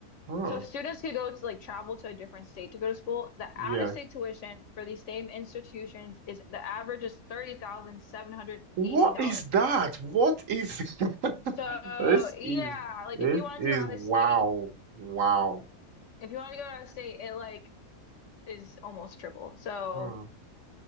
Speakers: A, on the right; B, on the left.
A: Huh.
B: So students could go to like travel to a different state to go to school. The out-of-state
A: Yes.
B: tuition for these same institutions is the average is $30,780
A: What is
B: per
A: that?
B: year.
A: What is <laughs>
B: So
A: this?
B: yeah,
A: Is
B: like
A: this
B: if you wanted
A: is
B: to go out
A: wow,
B: of state,
A: wow.
B: if you wanted to go out of state, it like is almost triple. So
A: Hmm.